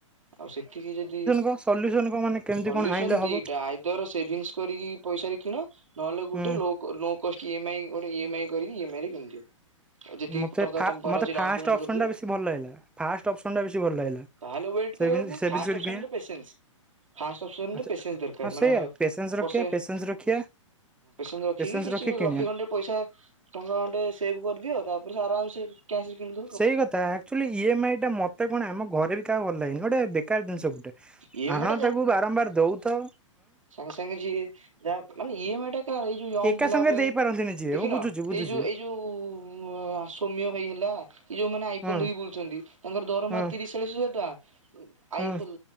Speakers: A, on the right; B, in the centre.
A: ଆଉ ସେଥିକି ଯଦି
B: କଁ ସଲୁସନ୍ କଁ ମାନେ କେମିତି
A: ସଲ୍ୟୁସନ୍
B: କଣ ଆଣିଲେ ହବ
A: ଦିଟା ଆଇଦର ସେଭିଙ୍ଗସ୍ କରିକି ପଇସାରେ କିଣ ନହେଲେ ଗୋଟେ
B: ହୁଁ
A: ଲୋ କ ଲୋ କଷ୍ଟ ଇଏମ୍ଆଇ ଗୋଟେ ଇଏମ୍ଆଇ କରିକି ଏମ୍ଆଇରେ କିଣିଦିଅ। ଆଉ ଯେତିକି
B: ମତେ
A: ଟଙ୍କା
B: ଫା
A: ତମ ପାଖରେ
B: ମତେ
A: ଅଛି ଡାଉନ
B: ଫାଷ୍ଟ
A: ପେମେଣ୍ଟ
B: ଅପ୍ସନ୍
A: କରିଦିଅ
B: ଟା ବେଶୀ ଭଲ ଲାଗିଲା ଫାଷ୍ଟ ଅପ୍ସନ୍ ଟା ବେଶୀ ଭଲ ଲାଗିଲା।
A: ତାହେଲେ ୱେଟ୍
B: ସେଭିଙ୍ଗ
A: କରିଆକୁ
B: ସେଭିଙ୍ଗସ
A: ଫାଷ୍ଟ
B: କରି
A: ଅପ୍ସନ୍
B: କିଣିବା
A: ଯେ ପେସେନ୍ସ୍। ଫାଷ୍ଟେ ଅପ୍ସନ୍
B: ଆଚ୍ଛା
A: ରେ ପେସେନ୍ସ ଦରକାର୍
B: ହଁ ସେଇଆ
A: ମାନେ
B: ପେସେନ୍ସ ରଖିବା
A: ବର୍ଷେ।
B: ପେସେନ୍ସ ରଖିବା
A: ପୋସେନ୍ସ ରଖିକି
B: ପେସେନ୍ସ
A: କିଛି
B: ରଖି କିଣିବା
A: ଲକ୍ଷେ ଖଣ୍ଡେ ପଇସା ଟଙ୍କା <unintelligible> ସେଭ୍ କରିଦିଅ ତାପରେ ସେ ଆରାମ୍ ସେ କ୍ୟାସ୍ ରେ କିଣିଦ।
B: ସେଇ କଥା ଆକ୍ଚୁଆଲି ଇଏମ୍ଆଇ ଟା ମତେ କଣ ଆମ ଘରେ ବି କାହା ଭଲ ଲାଗନି ଗୋଟେ ବେକାର୍ <unintelligible> ତ ଗୋଟେ
A: ଇଏମଆଇ
B: ଆଣ ତାକୁ ବାରମ୍ବାର ଦଉଥ।
A: ସଙ୍ଗେ ସଙ୍ଗେ ଯିଏ ଯା ମାନେ ଇଏମ୍ଆଇ ଟା କାର ଇଏ ଯୋ ୟଅଙ୍ଗ୍
B: ଏକା
A: ପିଲାଙ୍କ
B: ସାଙ୍ଗରେ
A: ପାଇଁ।
B: ଦେଇପାରନ୍ତିନି ଯିଏ
A: ଦେଖିନ
B: ମୁଁ ବୁଝୁଛି ବୁଝୁଛି
A: ଏଇ ଯୋଉ ଏଇ ଯୋଉ ଉଁ ଅ ସୋମ୍ୟ ଭାଇ ହେଲା କି ଯୋଉମାନେ ଆଇଫୋନ୍
B: ହଁ
A: ଧରିକି ବୁଲୁଛନ୍ତି ତାଙ୍କର ଦରମା
B: ହଁ
A: ତିରିଶ୍ ଚାଳିଶ୍ <unintelligible> ଆଇଫୋଲ୍
B: ହଁ